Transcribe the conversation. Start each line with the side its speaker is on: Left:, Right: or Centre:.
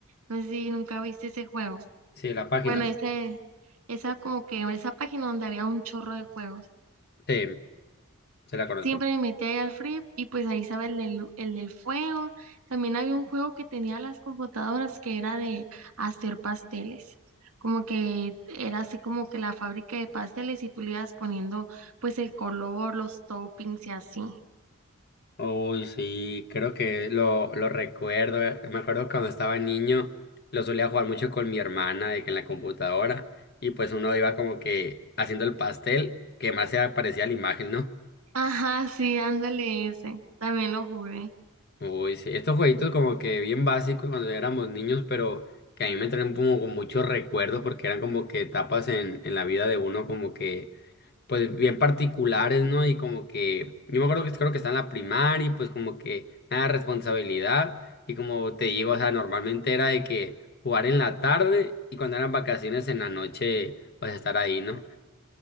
Right: No sé si nunca viste ese juego.
Left: Sí, la página.
Right: Bueno, ese, esa como que, esa página donde había un chorro de juegos.
Left: Sí, se la conozco.
Right: Siempre me metí ahí al Free y pues ahí estaba el del, el del fuego. También había un juego que tenía las computadoras que era de hacer pasteles. Como que era así como que la fábrica de pasteles y tú le ibas poniendo pues el color, los toppings y así.
Left: Uy, sí, creo que lo, lo recuerdo. eh. Me acuerdo cuando estaba niño, lo solía jugar mucho con mi hermana, de que en la computadora, y pues uno iba como que haciendo el pastel que más se parecía a la imagen, ¿no?
Right: Ajá, sí, ándale ese. También lo jugué.
Left: Uy, sí, estos jueguitos como que bien básicos cuando éramos niños, pero que a mí me traen como con muchos recuerdos porque eran como que etapas en, en la vida de uno como que, pues bien particulares, ¿no? Y como que, yo me acuerdo que creo que está en la primaria y pues como que nada de responsabilidad y como te digo, o sea, normalmente era de que jugar en la tarde y cuando eran vacaciones en la noche, pues estar ahí, ¿no?